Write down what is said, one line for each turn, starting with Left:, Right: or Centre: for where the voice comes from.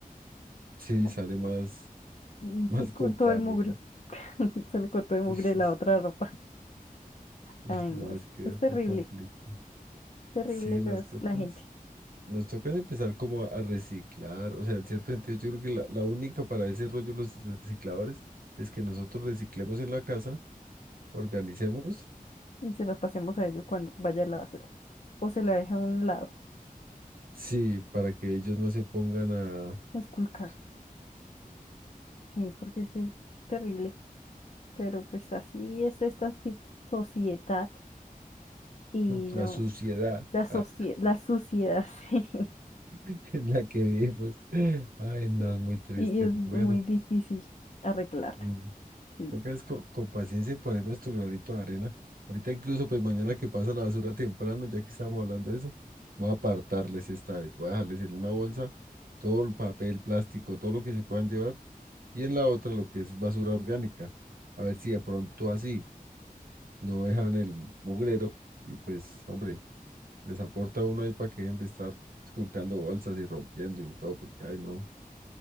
Right: Sí,
Left: No,
Right: sale más,
Left: mm,
Right: <laughs> más
Left: sí, con
Right: contaminada.
Left: todo el mugre. <laughs> Sale con todo el mugre
Right: Uy, sí,
Left: de la otra ropa.
Right: uy,
Left: Ay,
Right: no,
Left: no, es,
Right: es que
Left: es
Right: es
Left: terrible,
Right: re complicado.
Left: terrible
Right: Sí,
Left: las,
Right: nos toca.
Left: la gente.
Right: Nos toca es empezar como a reciclar, o sea, en cierto sentido yo creo que la, la única para ese rollo de los recicladores es que nosotros reciclemos en la casa, organicemos,
Left: Y se las pasemos a ellos cuando vaya a la basura. O se la deja a un lado,
Right: sí, para que ellos no se pongan a
Left: esculcar. Sí, porque es que es terrible. Pero pues así es esta si- sociedad y
Right: <clears throat>
Left: no,
Right: la suciedad
Left: la, socie-
Right: ah,
Left: la suciedad, <laughs> sí.
Right: <laughs> en la que vivimos. <laughs> Ay, no,
Left: Sí.
Right: es muy triste.
Left: Y es muy
Right: Bueno,
Left: difícil arreglarla.
Right: mm,
Left: Sí,
Right: Toca es co- con, paciencia y poner nuestro granito de arena. Ahorita incluso, pues mañana que pasa la basura temprano, ya que estábamos hablando de eso, voy a apartarles esta vez. Voy a dejarles en una bolsa todo el papel, plástico, todo lo que se puedan llevar, y en la otra lo que es basura orgánica. A ver si de pronto así no dejan el mugrero y pues, hombre, les aporta uno ahí para que dejen de estar esculcando bolsas y rompiendo y de todo, porque, ay no,